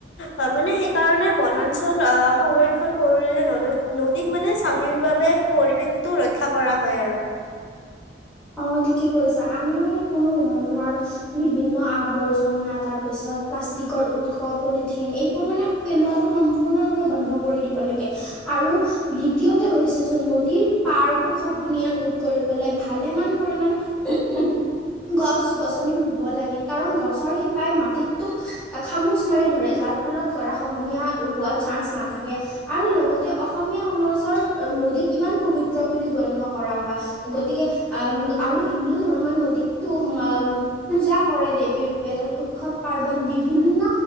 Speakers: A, on the left; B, in the centre.
A: আ মানে সেইকাৰণে বনাঞ্চল আহ সংৰক্ষন কৰিলে নদ নদীক মানে স্বাভাৱিকভাৱে পৰিৱেশটো ৰক্ষা কৰা হয় আৰু।
B: অ ঠিকে কৈছা আমি মানে কোনো ধৰণৰ বিভিন্ন আৱৰ্জনা তাৰ পিছত প্লাষ্টিকৰ উৎস পলিথিন এইবোৰ মানে পেলোৱাটো সম্পূৰ্ণৰূপে বন্ধ কৰি দিব লাগে। আৰু দ্বিতীয়তে হৈছে যে নদীৰ পাৰবোৰ খহনীয়া ৰোধ কৰিবলে ভালেমান পৰিমাণে গছ গছনি ৰুব লাগে কাৰণ গছৰ শিপাই মাটিটোক আ খামুচ মাৰি ধৰে যাৰ ফলত গৰা খহনীয়া হোৱাৰ চান্স নাথাকে। আৰু লগতে অসমীয়া সমাজৰ অ নদীক ইমান পবিত ত্ৰ বুলি গণ্য কৰা হয় গতিকে আম আৰু হিন্দু ধৰ্মই নদীকটো মাম পূজা কৰে দেৱী ৰূপে ত উৎসৱ পাৰ্বন বিভিন্ন